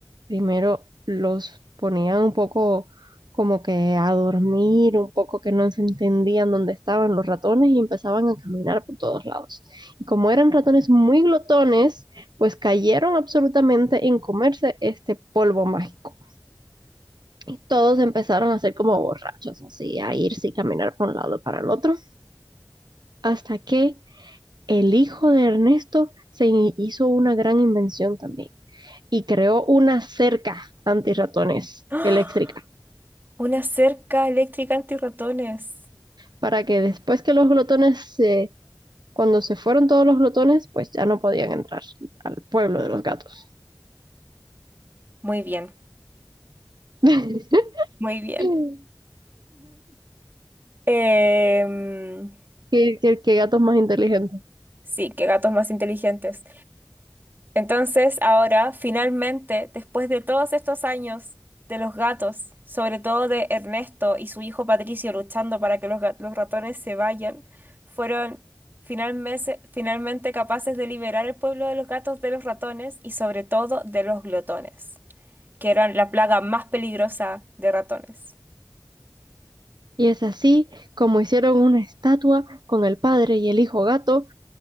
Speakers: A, on the right; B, on the right.
A: primero los ponían un poco como que a dormir, un poco que no se entendían dónde estaban los ratones y empezaban a caminar por todos lados. Y como eran ratones muy glotones, pues cayeron absolutamente en comerse este polvo mágico. Y todos empezaron a ser como borrachos, así, a irse y caminar por un lado para el otro, hasta que el hijo de Ernesto se hizo una gran invención también. y creó una cerca antirratones
B: ¡Ah!
A: eléctrica
B: Una cerca eléctrica antirratones.
A: para que después que los glotones se... Cuando se fueron todos los glotones, pues ya no podían entrar al pueblo de los gatos.
B: Muy bien,
A: <laughs>
B: muy bien.
A: ¿Qué,
B: Em,
A: qué- qué gatos más inteligentes.
B: sí, qué gatos más inteligentes. Entonces, ahora, finalmente, después de todos estos años de los gatos, sobre todo de Ernesto y su hijo Patricio luchando para que los, ga- los ratones se vayan, fueron finalmente, finalmente capaces de liberar el pueblo de los gatos de los ratones y sobre todo de los glotones, que eran la plaga más peligrosa de ratones.
A: Y es así como hicieron una estatua con el padre y el hijo gato